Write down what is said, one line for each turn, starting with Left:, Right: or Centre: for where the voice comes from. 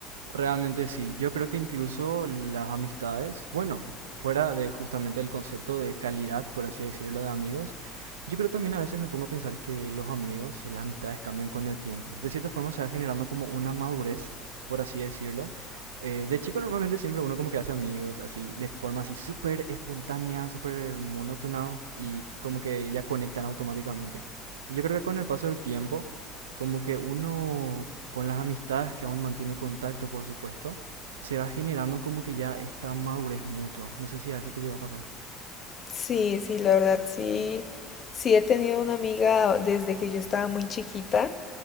Right: Realmente sí, yo creo que incluso las amistades, bueno, fuera de justamente el concepto de calidad, por así decirlo, de amigos, yo creo también a veces me pongo a pensar que los amigos, las amistades cambian con el tiempo. De cierta forma se va generando como una madurez, por así decirlo. Eh, de chico normalmente siempre uno como que hace amigos, así, de forma así súper espontánea, súper monótona y como que ya conectan automáticamente. Y yo creo que con el paso del tiempo como que uno, con las amistades que aún mantiene contacto, por supuesto, se va generando como que ya esta madurez mutua. No sé si a veces te llegó a pasar.
Left: Sí, sí, la verdad, sí, sí he tenido una amiga desde que yo estaba muy chiquita